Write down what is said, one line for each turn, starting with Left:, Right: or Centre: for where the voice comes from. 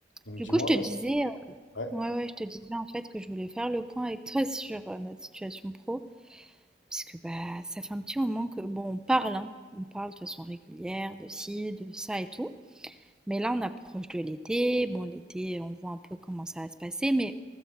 Left: Donc
Centre: Du
Left: dis-moi,
Centre: coup, je te
Left: ouais,
Centre: disais,
Left: c'est-
Centre: euh,
Left: ouais.
Centre: ouais, ouais, je te disais en fait que je voulais faire le point avec toi <laughs> sur euh, notre situation pro, puisque bah ça fait un petit moment que bon, on parle, hein, on parle de façon régulière de ci, de ça et tout, mais là on approche de l'été, bon l'été on voit un peu comment ça va se passer, mais